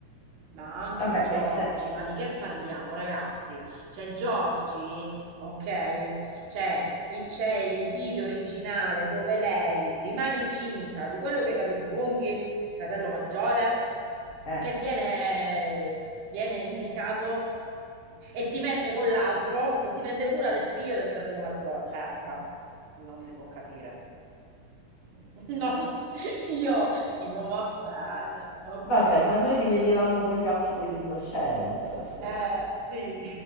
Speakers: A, on the right (about 80°); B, on the left (about 55°).
A: Ma anche
B: vabbè,
A: Giorgi,
B: e se...
A: ma di che parliamo, ragazzi? Cioè, Giorgi, ok? Cioè, i- c'è il video originale dove lei rimane incinta di quello che i capelli lunghi, fratello maggiore,
B: eh.
A: che viene, viene impiccato e si mette con l'altro e si prende cura del figlio del fratello maggiore. Cioè, vabbè, non si può capire. <laughs> Non- io, tipo, va bene, ok.
B: Vabbè, ma noi li vedevamo con gli occhi dell'innocenza, su.
A: Eh, sì,